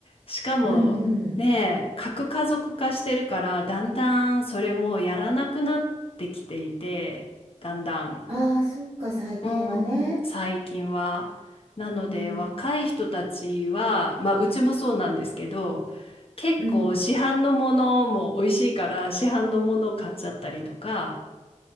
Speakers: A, on the left; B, on the right.
A: しかもね核家族化してるからだんだんそれもやらなくなってきていてだんだん
B: うんうん。ああ、そっか、最近はね。
A: うん。最近は。なので若い人たちはまあうちもそうなんですけど結構市販のものも美味しいから市販のものを買っちゃったりとか
B: うん。うん。うん